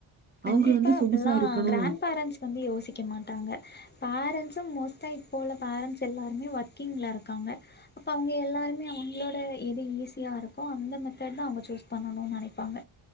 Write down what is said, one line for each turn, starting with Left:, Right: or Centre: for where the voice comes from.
Left: கண்டிப்பா
Right: அவங்க வந்து
Left: அப்பில்லா
Right: சொகுசா இருக்கணும்
Left: கிராண்ட் பேரண்ட்ஸ் வந்து யோசிக்க மாட்டாங்க பேரண்ட்ஸ்சும் மோஸ்ட்டா இப்ப உள்ள பேரண்ட்ஸ் எல்லாருமே ஒர்க்கிங்ல இருக்காங்க அப்ப அவங்க எல்லாருமே அவங்களோட எது ஈஸியா இருக்கோ அந்த மெத்தேட்தா அவுங்க சூஸ் பண்ணணுன்னு நினைப்பாங்க